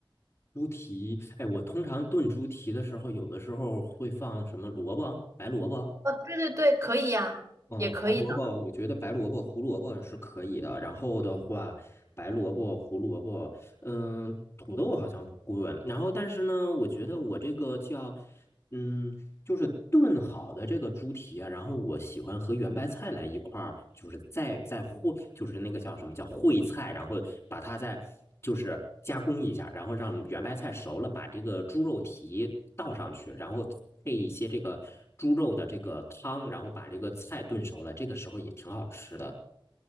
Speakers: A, on the left; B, on the right.
A: 猪蹄，哎，我通常炖猪蹄的时候，有的时候会放什么萝卜，白萝卜。
B: 啊，对对对，可以呀，
A: 嗯，
B: 也可以的。
A: 白萝卜，我觉得白萝卜、胡萝卜是可以的。然后的话，白萝卜、胡萝卜，嗯，土豆好像不贵。然后，但是呢，我觉得我这个叫，嗯，就是炖好的这个猪蹄啊，然后我喜欢和圆白菜来一块儿，就是再再烩，就是那个叫什么叫烩菜，然后把它再就是加工一下，然后让圆白菜熟了，把这个猪肉蹄倒上去，然后配一些这个猪肉的这个汤，然后把这个菜炖熟了，这个时候也挺好吃的。